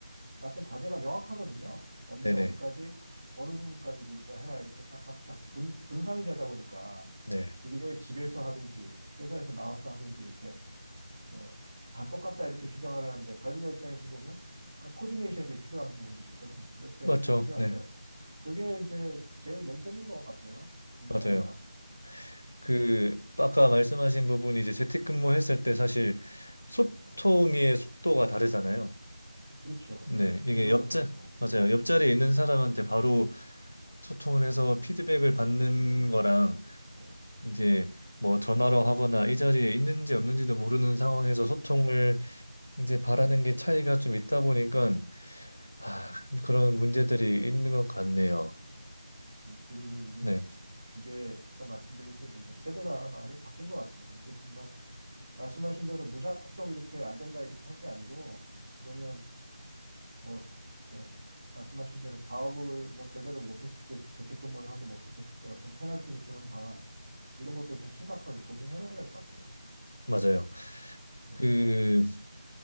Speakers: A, on the right; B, on the left.
A: 맡은 과제가 명확하거든요. 언제
B: 네네.
A: 어디까지, 어느 부분까지 네가 해라, 이렇게 딱딱딱 분, 분산이 되다 보니까,
B: 네.
A: 그게 집에서 하든지, 회사에서 나와서 하든지, 이렇게 뭐 다 똑같다 이렇게 주장을 하는데 관리자 입장에서 보면 약간 코디네이션이 필요한 부분들이 있거든요. 그럴 때는
B: 맞죠.
A: 꼭 필요한데
B: 네.
A: 그게 이제 제일 맹점인 것 같아요. 운영하기가.
B: 맞아요. 그 아까 말씀하신 부분이 이제 재택근무했을 때 사실 소통의
A: 네.
B: 속도가 다르잖아요.
A: 그렇죠.
B: 네,
A: 예.
B: 이게
A: 진도도
B: 옆자
A: 다르고.
B: 맞아요.
A: 예.
B: 옆자리에 있는 사람한테 바로 소통을 해서 피드백을 받는
A: 예.
B: 거랑
A: 예.
B: 이제
A: 예.
B: 뭐 전화로 하거나 이 자리에 있는지 없는지도 모르는 상황에서 소통을 이제 바라는 게 차이가 좀 있다 보니까 아,
A: 네.
B: 그런 문제들이 있는 것 같네요.
A: 음, 그리고 이제
B: 네,
A: 이게 아까 말씀드린 대로 이제 세대가 많이 바뀐 것 같아요. 그래서 지금 막 말씀하신 대로 무작정 이렇게 안 된다 이렇게 할 게 아니고 그러면 뭐, 저, 말씀하신 대로 과업을 뭐 제대로 못했을 때, 재택근무를 하고 못했을 때 어떤 페널티를 주는 방안, 이런 것도 좀 심각하게 고민해봐야 될 것 같아요.
B: 맞아요.
A: 예,
B: 그